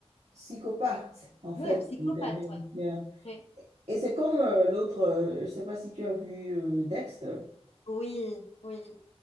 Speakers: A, on the right; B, on the left.
A: psychopathe, en fait.
B: Ouais, psychopathe,
A: je dirais. Yeah.
B: ouais. ouais.
A: Et c'est comme euh, l'autre, euh, je ne sais pas si tu as vu euh, Dexter.
B: Oui, oui,